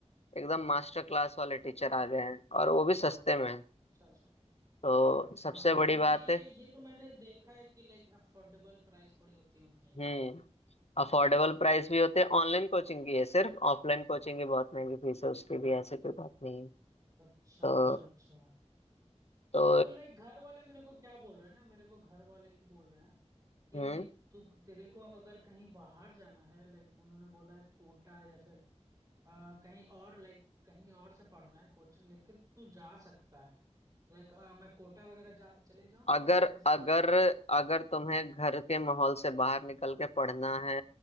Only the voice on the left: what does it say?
एकदम मास्टर क्लास वाले टीचर आ गए हैं और वो भी सस्ते में
तो सबसे
बड़ी
बात
है
हम्म अफोर्डेबल प्राइस भी होते हैं ऑनलाइन कोचिंग की है सिर्फ ऑफलाइन कोचिंग की बहुत महंगी फीस है उसकी भी ऐसे कोई बात नहीं है
तो
तो
हम्म
अगर
अगर
अगर तुम्हें घर के माहौल से बाहर निकल के पढ़ना है